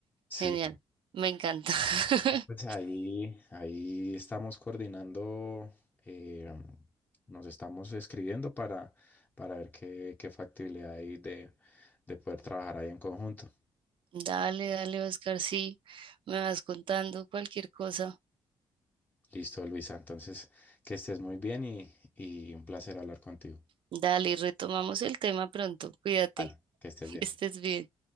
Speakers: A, on the left; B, on the right.
A: Sí,
B: genial. Me encanta.
A: Pues
B: <laughs>
A: ahí, ahí estamos coordinando, eh, nos estamos escribiendo para, para ver qué, qué factibilidad hay de, de poder trabajar ahí en conjunto.
B: Dale, dale, Oscar, sí, me vas contando cualquier cosa.
A: Listo, Luisa. Entonces, que estés muy bien y, y un placer hablar contigo.
B: Dale, retomamos el tema pronto. Cuídate,
A: Vale, que
B: <laughs>
A: estés bien.
B: que estés bien.